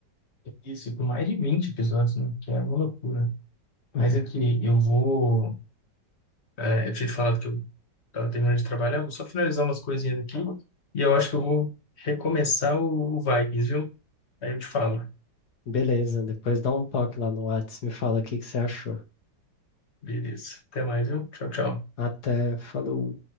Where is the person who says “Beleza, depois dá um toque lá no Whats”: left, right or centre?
Left